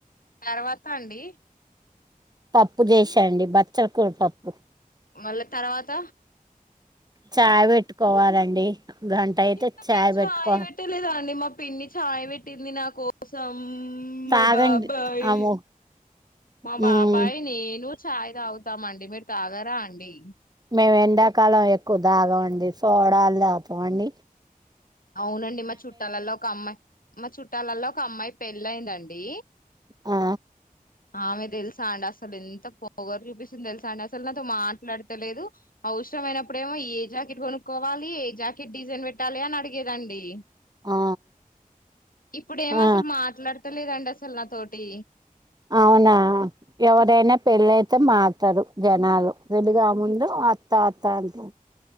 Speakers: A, on the left (about 70°); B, on the right (about 25°).
A: తర్వాత అండి
B: పప్పు చేసాండి బచ్చల కూర పప్పు
A: మళ్ళా తర్వాత
B: చాయ్ పెట్టుకోవాలండి గంట అయితే
A: ఇంకా మీరు చాయ్
B: పెట్టుకోవాలి
A: పెట్టలేదా అండి మా పిన్ని చాయ్ పెట్టింది నాకు కోసం మా
B: తాగండి
A: బాబాయి
B: అమో
A: మా
B: మ్మ్
A: బాబాయి నేను ఛాయ తవుతాము అండి మీరు తాగరా అండి
B: మేము ఎండాకాలం ఎక్కువ తాగమండి సోడాలు తాతాంండి
A: అవునండి మా చుట్టాలలో ఒక అమ్మాయి మ చుట్ట ట్టలలో ఒక అమ్మాయి పెళ్ళి అయిందండి
B: ఆ
A: ఆమె తెలుసా అండి అసలు ఎంత పొగరు చూపిస్తుంది తెలుసా అండి అసలు నాతో మాట్లాడతలేదు అవసరం అయినప్పుడ ఏమో ఏ జాకెట్ కొనుక్కోవాలి ఏ జాకెట్ డిజైన్ పెట్టాలి అని అడిగేదండి
B: ఆ
A: ఇప్పుడు ఏమో
B: ఆ
A: అసలు మాట్లాడతలేదు లేదండి అసలు నా తోటి
B: అవునా ఎవరైనా పెళ్ళయితే మారుతారు జనాలు పెళ్లి కాక ముందు అత్త అత్త అంట